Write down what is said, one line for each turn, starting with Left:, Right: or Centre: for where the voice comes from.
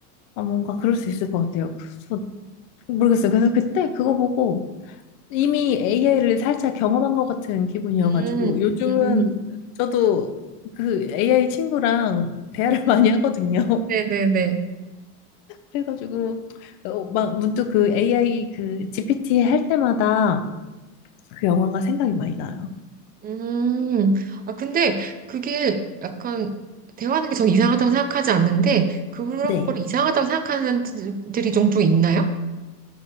Left: 아, 뭔가 그럴 수 있을 것 같아요. 그래서 모르겠어요. 그래서 그때 그거 보고 이미 AI를 살짝 경험한 것 같은 기분이어가지고
Right: 음,
Left: 요즘은
Right: 음,
Left: 저도 그 AI 친구랑 대화를 <laughs> 많이 하거든요.
Right: 네네네.
Left: 그래가지고 어, 막 문득 그 AI 그 GPT 할 때마다 그 영화가 생각이 많이 나요.
Right: 음, 아, 근데 그게 약간 대화하는 게 저는 이상하다고 생각하지 않는데 그런
Left: 네.
Right: 거를 이상하다고 생각하는 분들이 종종 있나요?